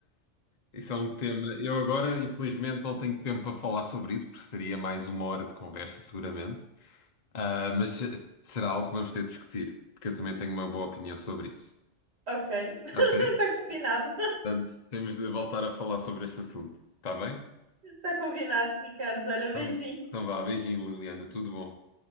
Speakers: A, on the left; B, on the right.
A: Isso é um tema. Eu agora, infelizmente, não tenho tempo para falar sobre isso, porque seria mais uma hora de conversa, seguramente. Ah, mas se- será algo que vamos ter de discutir, porque eu também tenho uma boa opinião sobre isso.
B: Ok, <laughs>
A: Ok?
B: está combinado,
A: Portanto, temos de voltar a falar sobre este assunto. Está bem?
B: está combinado, Ricardo. Olha,
A: Então,
B: beijinho.
A: então vá, beijinho, Liliana. Tudo bom.